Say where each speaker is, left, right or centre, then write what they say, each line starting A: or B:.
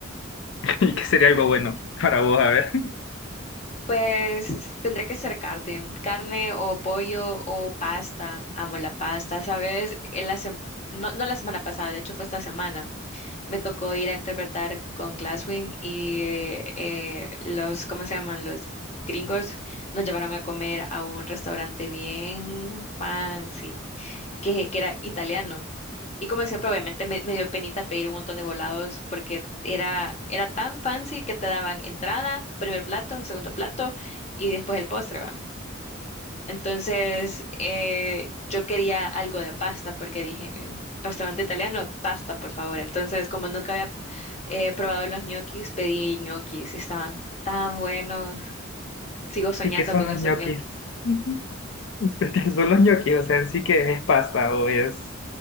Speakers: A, on the left; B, on the left.
A: <laughs> ¿Y qué sería algo bueno para vos? A ver.
B: Pues tendría que ser carne, carne o pollo o pasta. Amo la pasta, ¿sabes? En la sem- no, no la semana pasada, de hecho fue esta semana. Me tocó ir a interpretar con Glasswing y eh, los, ¿cómo se llaman? Los gringos nos llevaron a comer a un restaurante bien fancy que, que era italiano. Y como siempre, obviamente me, me dio penita pedir un montón de volados porque era, era tan fancy que te daban entrada, primer plato, segundo plato y después el postre, ¿va? Entonces, eh, yo quería algo de pasta porque dije, restaurante italiano, pasta, por favor. Entonces, como nunca había eh, probado los ñoquis, pedí ñoquis y estaban tan buenos. Sigo soñando
A: <laughs> ¿Y qué son
B: con
A: los
B: esos
A: ñoquis?
B: ñoquis.
A: <laughs> ¿Pero ¿Qué son los ñoquis? O sea, en sí que es pasta o es